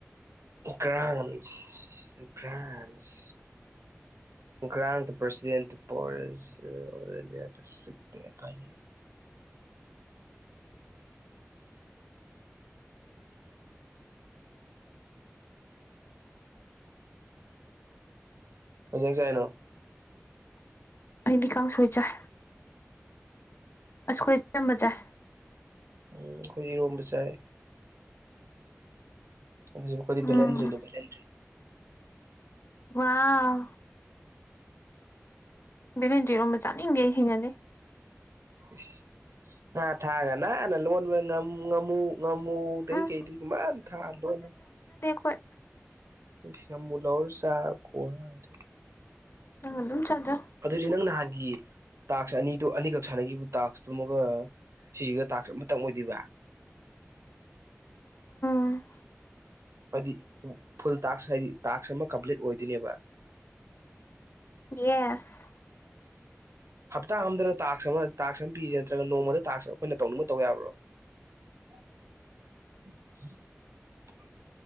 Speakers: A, on the right; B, on the left.
A: ꯒ꯭ꯔꯥꯟꯁ ꯒ꯭ꯔꯥꯟꯁ
B: <inaudible>
A: <unintelligible> ꯀꯩ ꯍꯦꯟꯖꯥꯡ ꯆꯥꯏꯅꯣ
B: ꯑꯩꯗꯤ ꯀꯥꯡꯁꯣꯏ ꯆꯥꯏ ꯑꯁ ꯑꯩꯈꯣꯏ ꯑꯆꯝꯕ ꯆꯥꯏ
A: ꯎꯝ ꯑꯩꯈꯣꯏ ꯏꯔꯣꯝꯕ ꯆꯥꯏ ꯑꯗꯨꯁꯨ ꯑꯩꯈꯣꯏꯗꯤ
B: ꯎꯝ
A: ꯕꯦꯂꯦꯟꯗ꯭ꯔꯤꯅꯤ ꯕꯦꯂꯦꯟꯗ꯭ꯔꯤ
B: ꯋꯥꯎ ꯕꯦꯂꯦꯟꯗ꯭ꯔꯤ ꯏꯔꯣꯟꯕ ꯆꯥꯅꯤꯡꯗꯦ ꯑꯩ ꯍꯩꯅꯗꯦ
A: ꯥ ꯏꯁ ꯉꯥ ꯊꯥꯛꯒ ꯅꯥꯟꯅ ꯂꯣꯟꯕ ꯉꯥꯃꯨ ꯉꯥꯃꯨ ꯉꯥꯃꯨꯗꯩ
B: ꯎꯝ
A: ꯀꯩꯗꯤ ꯃꯌꯥꯝ ꯊꯥꯛꯑ ꯂꯣꯟꯕꯅꯦ
B: ꯍꯣꯏ
A: ꯏꯁ ꯉꯥꯃꯨ ꯂꯧꯔ ꯆꯥꯕ ꯈꯨꯍꯥꯎꯁꯤꯗꯤ
B: ꯅꯪ ꯑꯗꯨꯝ ꯆꯥꯗ꯭ꯔꯣ
A: ꯑꯗꯨꯗꯤ ꯅꯪ ꯅꯍꯥꯟꯒꯤ ꯇꯥꯛꯁ ꯑꯅꯤꯗꯣ ꯑꯅꯤꯈꯛ ꯁꯥꯟꯅꯈꯤꯕ ꯇꯥꯛꯁꯇꯨꯃꯒ ꯁꯤꯁꯤꯒ ꯇꯥꯛꯁ ꯑꯃꯇꯪ ꯑꯣꯏꯗꯣꯏꯕ
B: ꯎꯝ
A: ꯍꯥꯏꯗꯤ ꯐꯨꯜ ꯇꯥꯛꯁ ꯍꯥꯏꯗꯤ ꯇꯥꯛꯁ ꯑꯃ ꯀꯝꯄ꯭ꯂꯤꯠ ꯑꯣꯏꯗꯨꯏꯅꯦꯕ
B: ꯌꯦꯁ
A: ꯍꯞꯇꯥ ꯑꯃꯗꯔ ꯇꯥꯛꯁ ꯑꯃ ꯇꯥꯛꯁ ꯑꯃ ꯄꯤꯔꯤꯁꯦ ꯅꯠꯇ꯭ꯔꯒ ꯅꯣꯡꯃꯗ ꯇꯥꯛꯁ ꯑꯩꯈꯣꯏꯅ ꯇꯧꯅꯤꯡꯕ ꯇꯧꯕ ꯌꯥꯕ꯭ꯔꯣ
B: <inaudible>
A: <inaudible>